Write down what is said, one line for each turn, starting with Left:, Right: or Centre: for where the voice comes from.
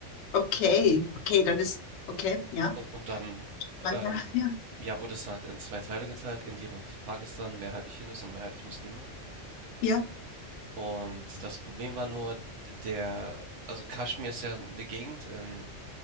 Left: okay. Okay, dann ist, okay, ja,
Right: U- Und dann,
Left: lang
Right: ähm,
Left: her, <laughs> ja.
Right: ja, wurde es halt in zwei Teile geteilt, Indien und Pakistan, mehrheitlich Hindus und mehrheitlich Muslime.
Left: Ja.
Right: Und das Problem war nur, der, also Kaschmir ist ja eine Gegend in